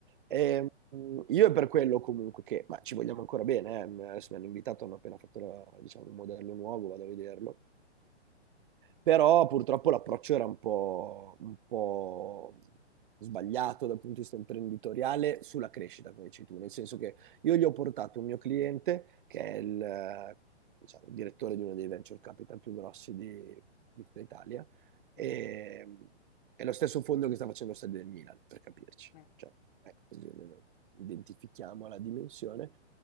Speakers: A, on the left (about 40°); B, on the right (about 45°).
A: Eh,
B: E, mh, io è per quello comunque che, ma ci vogliamo ancora bene, eh, Adesso mi hanno invitato, hanno appena fatto la- diciamo, un modello nuovo, vado a vederlo. Però purtroppo l'approccio era un po', un po' sbagliato dal punto di vista imprenditoriale sulla crescita, come dici tu, nel senso che io gli ho portato un mio cliente che è il, eh, diciamo, il direttore di uno dei venture capital più grossi di, di tutta Italia
A: mhm,
B: e è lo stesso fondo che sta facendo lo stadio del Milan, per capirci.
A: eh,
B: Cioè, ecco, così almeno identifichiamo la dimensione.